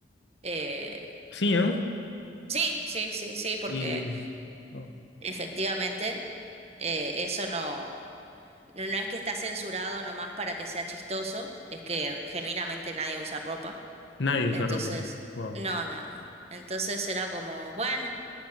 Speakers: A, on the right; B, on the left.
A: Eh,
B: sí, ¿no?
A: Sí, sí, sí, sí, porque
B: Y wow,
A: efectivamente eh, eso no, no, no es que está censurado nomás para que sea chistoso, es que genuinamente nadie usa ropa.
B: nadie usa
A: Entonces,
B: ropa. Wow.
A: no, no, no. Entonces era como, bueno,